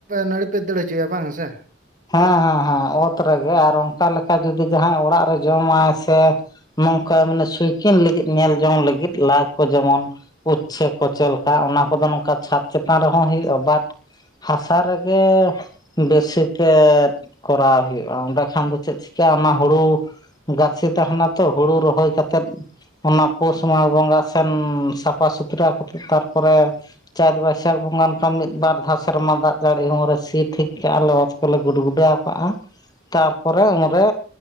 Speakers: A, on the right; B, on the left.
A: ᱱᱟᱹᱲᱤ ᱯᱮ ᱫᱟᱹᱲ ᱦᱚᱪᱚᱭᱟ ᱵᱟᱝ ᱥᱮ
B: ᱦᱮᱸ ᱦᱮᱸ ᱦᱮᱸ ᱚᱛ ᱨᱮᱜᱮ ᱟᱨ ᱚᱱᱠᱟ ᱞᱮᱠᱟ ᱡᱩᱫᱤ ᱡᱟᱦᱟᱸᱭ ᱚᱲᱟᱜ ᱨᱮ ᱡᱚᱢᱟᱭ ᱥᱮ ᱱᱚᱝᱠᱟ ᱢᱟᱱᱮ ᱥᱩᱭᱠᱤᱱ ᱞᱟᱹᱜᱤᱫ ᱧᱮᱞ ᱡᱚᱝ ᱞᱟᱹᱜᱤᱫ <unintelligible> ᱠᱚ ᱡᱮᱢᱚᱱ ᱩᱪᱪᱷᱮ ᱠᱚ ᱪᱮᱫ ᱞᱮᱠᱟ ᱚᱱᱟ ᱠᱚᱫᱚ ᱱᱚᱝᱠᱟ ᱪᱷᱟᱛ ᱪᱮᱛᱟᱱ ᱨᱮᱦᱚᱸ ᱦᱩᱭᱩᱜᱼᱟ ᱵᱟᱴᱼᱼ ᱦᱟᱥᱟ ᱨᱮᱜᱮ ᱵᱮᱥᱤ ᱠᱷᱮᱛ ᱠᱚᱨᱟᱣ ᱦᱩᱭᱩᱜ-ᱟ ᱚᱸᱰᱮ ᱠᱷᱟᱱ ᱫᱚ ᱪᱮᱫ ᱪᱤᱠᱟᱹ ᱚᱱᱟ ᱦᱳᱲᱳ ᱜᱟᱹᱪᱷᱤ ᱛᱟᱦᱮᱱᱟ ᱛᱚ ᱦᱳᱲᱳ ᱨᱚᱦᱚᱭ ᱠᱟᱛᱮᱜ ᱚᱱᱟ ᱯᱳᱥ ᱢᱟᱜᱽ ᱵᱚᱸᱜᱟ ᱥᱮᱱ ᱥᱟᱯᱷᱟ ᱥᱩᱛᱷᱨᱟᱹ ᱠᱟᱛᱮᱜ ᱛᱟᱨᱯᱚᱨᱮ ᱪᱟᱹᱛ ᱵᱟᱹᱭᱥᱟᱹᱠᱷ ᱵᱚᱸᱜᱟᱱ ᱠᱷᱟᱱ ᱢᱤᱫ ᱵᱟᱨ ᱫᱷᱟᱣ ᱥᱮᱨᱢᱟ ᱫᱟᱜ ᱡᱟᱹᱲᱤ ᱦᱚᱸ ᱨᱮ ᱥᱤ ᱴᱷᱤᱠ ᱠᱟᱜ-ᱟ ᱞᱮ ᱚᱛ ᱠᱚᱞᱮ ᱜᱩᱰ ᱜᱩᱰᱟᱣ ᱠᱟᱜ-ᱟ ᱛᱟᱨᱯᱚᱨᱮ ᱩᱱᱨᱮ